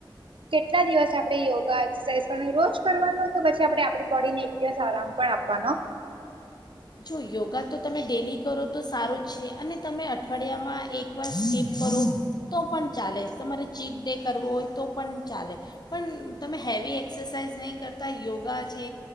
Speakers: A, on the right; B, on the left.
A: કેટલા દિવસ આપડે યોગા એક્સરસાઇઝ કરવા રોજ કરવાનો. તો પછી આપે આપડી બોડીને એક દિવસ આરામ પણ આપવાનો.
B: જો યોગા તો તમે ડેલી કરો તો સારો જ છે અને તમે અઠવાડિયામાં એકવાર સ્કીપ કરો તો પણ ચાલે તમારે ચિત ડે કરવો હોય તો પણ ચાલે પણ તમે હેવી એક્સરસાઇઝ નહીં કરતા યોગા છે